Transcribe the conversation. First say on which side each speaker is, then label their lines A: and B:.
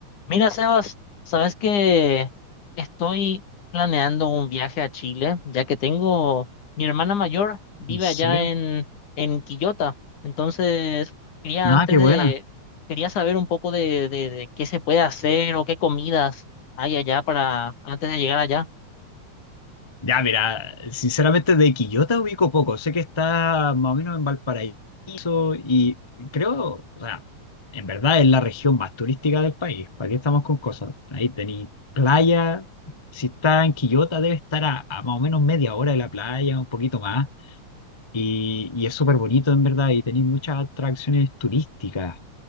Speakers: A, on the left; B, on the left.
A: Mira, Sebas, sabes que estoy planeando un viaje a Chile, ya que tengo mi hermana mayor vive
B: ¿En serio?
A: allá en en Quillota, entonces quería
B: Ah,
A: antes
B: qué
A: de
B: buena.
A: quería saber un poco de, de, de qué se puede hacer o qué comidas hay allá para antes de llegar allá.
B: Ya, mira, sinceramente de Quillota ubico poco. Sé que está más o menos en Valparaíso y creo, o sea, en verdad es la región más turística del país. ¿Para qué estamos con cosas? Ahí tenéis playa. Si está en Quillota debe estar a, a más o menos media hora de la playa, un poquito más. Y, y es súper bonito en verdad y tenéis muchas atracciones turísticas,